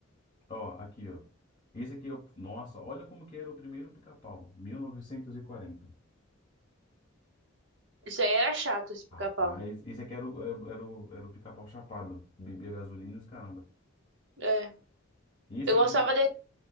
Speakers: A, on the left; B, on the right.
A: Ó, aqui, ó. Esse aqui, eu, nossa, olha como que era o primeiro pica-pau, 1940.
B: Isso aí era chato, esse pica-pau.
A: Rapaz, esse aqui era o, era, era o, era o pica-pau chapado, bebia gasolina e os caramba.
B: É.
A: E esse
B: Eu
A: aqui,
B: gostava desse.